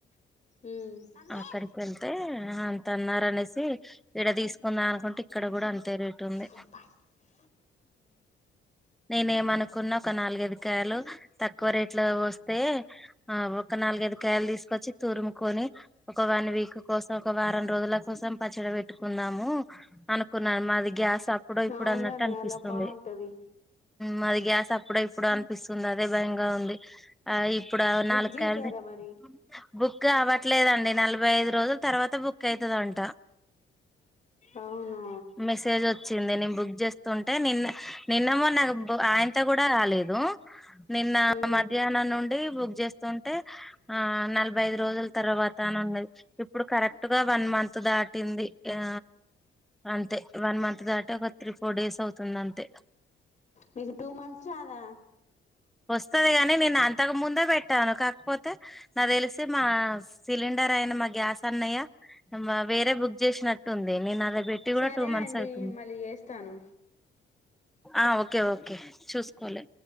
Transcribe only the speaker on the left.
ఉమ్
ఇ ప
అవునండీ
అలా బాగుంటది
బుక్
చేసారా మరి
అవునా
ఉమ్
మీకు టూ మంత్స్ రాదా
సరే
అండి
నేను మళ్ళీ చేస్తాను